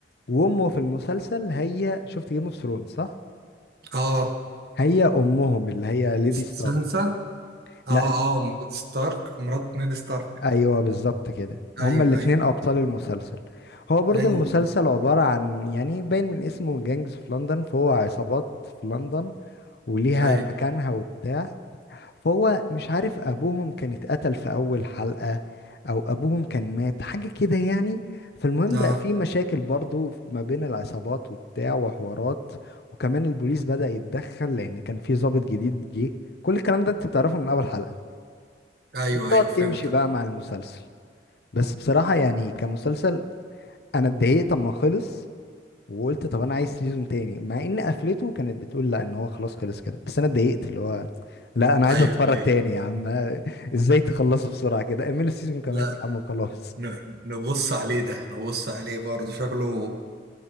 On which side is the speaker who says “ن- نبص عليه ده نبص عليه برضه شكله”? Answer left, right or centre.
Right